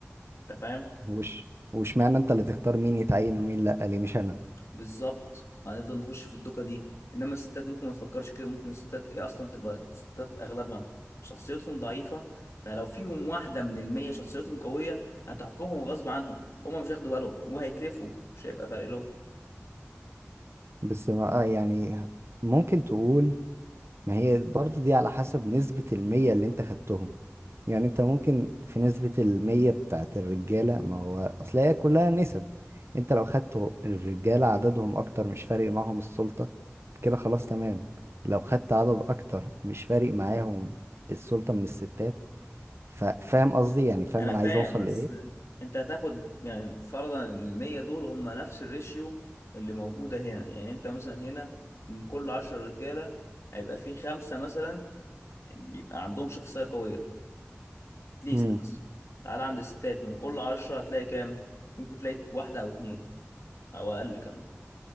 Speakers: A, on the left; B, on the right.
A: انت فاهم
B: وش وش معنى انت اللي تختار مين يتعين ومين لا ليه مش انا
A: بالظبط هنفضل نخش في الدوكه دي انما الستات ممكن ما تفكرش كده ممكن الستات اصلا تبقى الستات اغلبها شخصيتهم ضعيفه فلو فيهم واحده من المية شخصيتهم قويه هتحكمهم غصب عنهم هما مش هياخدوا بالهم هما هيكرفوا مش هيبقى فارق لهم
B: بس ما- آه يعني ممكن تقول ما هي برضو دي على حسب نسبة المية اللي انت خدتهم يعني انت ممكن في نسبة المية بتاعت الرجالة ما هو اصل هي كلها نسب انت لو خدت الرجالة عددهم اكتر مش فارق معاهم السلطة فكده خلاص تمام لو خدت عدد اكتر مش فارق معاهم السلطة من الستات ففاهم قصدي يعني فاهم
A: انا
B: انا
A: فاهم
B: عايز اوصل
A: بس
B: لايه
A: انت هتاخد يعني فرضا ان المية دول هما نفس الريشيو اللي موجوده هنا يعني انت مثلا هنا من كل عشرة رجاله هيبقى في خمسه مثلا يبقى عندهم شخصيه قويه ليست
B: امم
A: بس تعال عند الستات من كل عشرة هتلاقي كام ممكن تلاقي واحدة أو اتنين أو أقل كمان